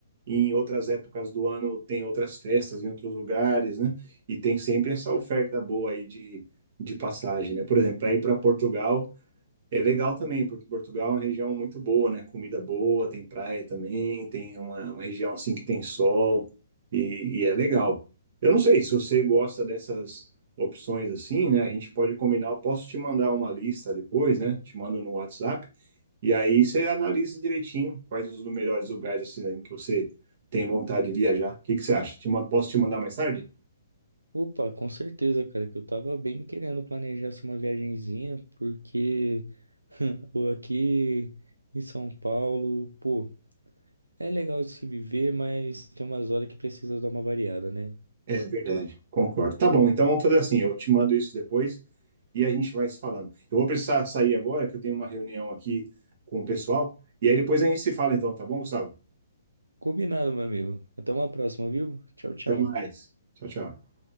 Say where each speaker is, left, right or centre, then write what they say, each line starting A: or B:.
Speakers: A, on the right; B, on the right.
A: Em outras épocas do ano tem outras festas em outros lugares, né? E tem sempre essa oferta boa aí de, de passagem, né? Por exemplo, para ir para Portugal É legal também, porque Portugal é uma região muito boa, né? Comida boa, tem praia também, tem uma, uma região assim que tem sol e, e é legal. Eu não sei se você gosta dessas opções assim, né? A gente pode combinar, eu posso te mandar uma lista depois, né? Te mando no WhatsApp e aí você analisa direitinho quais os melhores lugares assim né, que você tem vontade de viajar. O que que você acha? Te ma- posso te mandar mais tarde?
B: Opa, com certeza, cara, que eu tava bem querendo planejar assim, uma viagenzinha, porque <laughs> aqui em São Paulo, pô. É legal de se viver, mas tem umas horas que precisa dar uma variada, né?
A: É verdade, concordo. Tá bom, então vamos fazer assim, eu te mando isso depois e a gente vai se falando. Eu vou precisar sair agora, que eu tenho uma reunião aqui com o pessoal, e aí depois a gente se fala então, tá bom, Gustavo?
B: Combinado, meu amigo. Até uma próxima, viu? Tchau, tchau.
A: Até mais. Tchau, tchau.